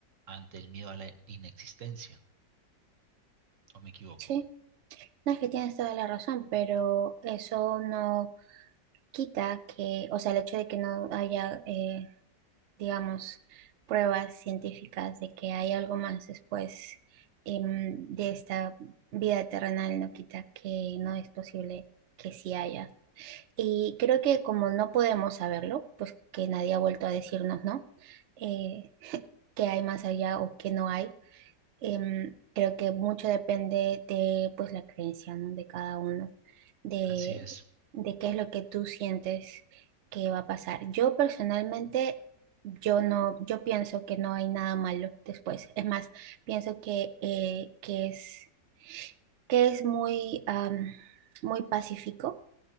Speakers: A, on the right; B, on the right.
A: Ante el miedo a la inexistencia, ¿o me equivoco?
B: Sí, no es que tienes toda la razón, pero eso no quita que, o sea, el hecho de que no haya eh, digamos, pruebas científicas de que hay algo más después em, de esta vida terrenal, no quita que no es posible que sí haya. Y creo que como no podemos saberlo, pues que nadie ha vuelto a decirnos, ¿no? Eh, que hay más allá o que no hay em, creo que mucho depende de pues la creencia, ¿no? De cada uno, de,
A: Así es.
B: de qué es lo que tú sientes que va a pasar. Yo personalmente, yo no, yo pienso que no hay nada malo después. Es más, pienso que, eh, que es, que es muy, am, muy pacífico.